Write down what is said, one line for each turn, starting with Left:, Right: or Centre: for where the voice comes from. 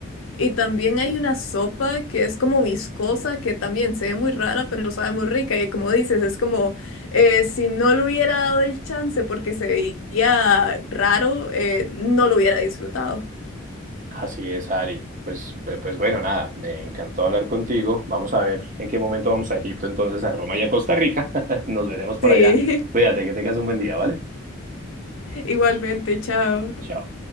Left: Y también hay una sopa que es como viscosa, que también se ve muy rara, pero sabe muy rica. Y como dices, es como eh, si no le hubiera dado el chance porque se veía raro, eh, no lo hubiera disfrutado.
Right: Así es, Ari. Pues, pues, pues bueno, nada, me encantó hablar contigo. Vamos a ver en qué momento vamos a Egipto, entonces a Roma y a Costa Rica. <laughs> Nos veremos por
Left: Sí,
Right: allá. Cuídate, que tengas un buen día, ¿vale?
Left: <laughs> igualmente, chao.
Right: Chao.